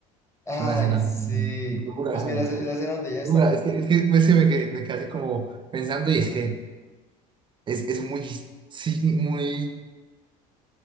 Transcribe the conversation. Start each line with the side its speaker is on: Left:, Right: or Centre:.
Left: Ay,
Right: Es una escena
Left: sí.
Right: dura,
Left: Pues que la, ce- la escena donde ella
Right: dura.
Left: destaca.
Right: Es que, es que me, se me, que- me quedé como pensando y es que es, es muy, sí, muy,